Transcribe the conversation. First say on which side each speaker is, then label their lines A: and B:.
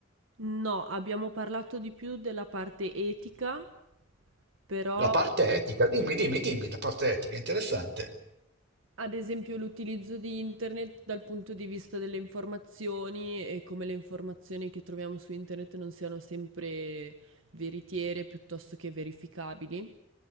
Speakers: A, on the right (about 80°); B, on the right (about 55°).
A: No, abbiamo parlato di più della parte etica, però
B: La parte etica, dimmi, dimmi, dimmi, la parte etica, interessante.
A: ad esempio l'utilizzo di internet dal punto di vista delle informazioni e come le informazioni che troviamo su internet non siano sempre veritiere piuttosto che verificabili